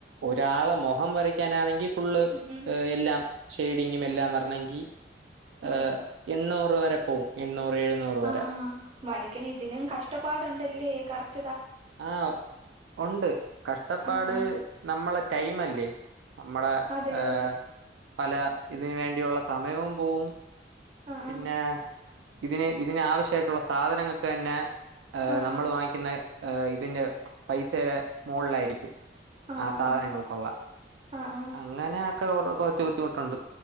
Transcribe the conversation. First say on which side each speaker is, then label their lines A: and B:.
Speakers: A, on the right (about 85°); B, on the right (about 30°).
A: ഒരാളെ മുഖം വരക്കാനാണെങ്കിൽ ഫുള്
B: ഉം ഉം
A: എല്ലാം ഷെയ്ഡിങ്ങും എല്ലാം
B: ആ
A: വരണമെങ്കിൽ
B: ആ
A: ഏ
B: ആ
A: എണ്ണൂറ് റ് വരെ പോവും എണ്ണൂറ് എഴുന്നൂറ് വരെ
B: ആ ആ വരയ്ക്കണ ഇതിനും കഷ്ടപ്പാടുണ്ടല്ലേ കറക്
A: ആ ഉണ്ട് കഷ്ടപ്പാട്
B: ആ ആ
A: നമ്മളെ ടൈം അല്ലേ നമ്മളെ
B: അതെ
A: ഏ
B: അതെ
A: പല ഇതിനന് വേണ്ടിയുള്ള സമയവും പോവും
B: ആഹ്.
A: പിന്നെ ഇതിന് ഇതിന ആാവശ്യായിട്ടുള്ള സാധനങ്ങൾക്ക തന്നെ
B: ആഹ്.
A: നമ്മൾ
B: ആഹ്.
A: വാങ്ങിക്കുന്ന ഇതിന്റെ പൈസയുടെ മോളിലായിരിക്കും
B: ആഹ്.
A: ആ
B: ആഹ്.
A: സാധനങ്ങൾക്കുള്ള
B: ആഹ്. ആഹ്. ആഹ്.
A: അങ്ങനെ ഒക്കെ കുറച്ച് ബുദ്ധിമുട്ടുണ്ട്